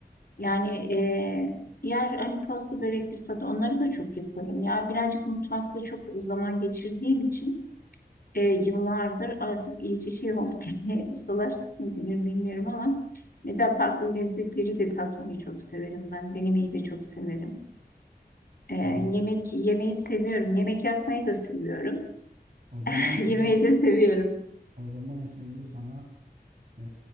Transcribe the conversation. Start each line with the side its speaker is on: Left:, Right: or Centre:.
Left: Yani e, diğer hani pasta
Right: Börek.
Left: börektir tadı onları da çok yaparım. Ya birazcık mutfakta çok zaman geçirdiğim için e, yıllardır artık iyice şey olduk. <laughs> Yani ustalaştık mı <laughs> denir bilmiyorum ama mesela farklı lezzetleri de tatmayı çok severim ben. Denemeyi de çok severim. Ee,
Right: Hmm.
Left: yemek yemeği seviyorum. Yemek yapmayı da seviyorum.
Right: O zaman
Left: <laughs>
Right: sana
Left: Yemeği de seviyorum.
Right: o zaman şimdi sana e,